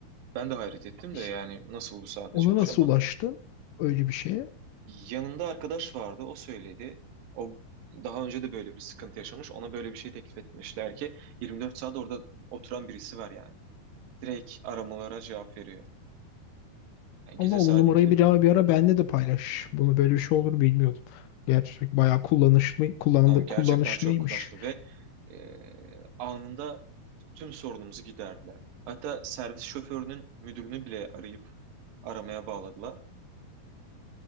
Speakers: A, on the right (about 70°); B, on the left (about 85°).
A: Ben de hayret ettim
B: İş-
A: de yani nasıl bu saate
B: Ona
A: çalışıyor
B: nasıl
A: ama.
B: ulaştın öyle bir şeye?
A: Yanımda arkadaş vardı, o söyledi. O daha önce de böyle bir sıkıntı yaşamış. Ona böyle bir şey teklif etmişler ki 24 saat orada oturan birisi var yani. Direkt aramalara cevap veriyor. Yani gece
B: Allah o
A: saat
B: numarayı
A: ikide
B: bir ara, bir ara benle de paylaş. Bunu böyle bir şey olduğunu bilmiyordum. Gerçek bayağı kullanışlı, kullanılı,
A: Tamam gerçekten
B: kullanışlıymış.
A: çok kumaşlı ve e, anında tüm sorunumuzu giderdiler. Hatta servis şoförünün müdürünü bile arayıp aramaya bağladılar.